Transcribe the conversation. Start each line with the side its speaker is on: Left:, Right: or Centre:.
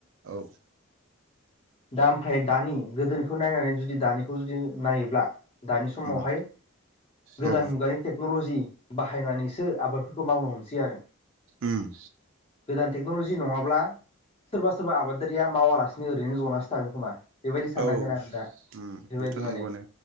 Right: औ
Left: दा ओमफ्राय दानि गोदोनिखौ नायनानै जुदि दानिखौ जुदि नायोब्ला दानि समावहाय
Right: उम
Left: गोदान
Right: औ
Left: मुगानि टेक्न'ल'जि बाहायनानैसो आबादफोरखौ मावनो हमसै आरो।
Right: उम
Left: गोदान टेक्न'लजि नङाब्ला सोरबा सोरबा आबादारिया मावालासिनो ओरैनो जनासो थागोन खोमा। बेबायदि साननांगोन
Right: औ
Left: आरो दा
Right: उम
Left: बेबायदि
Right: बेथ' नंगौआनो
Left: माने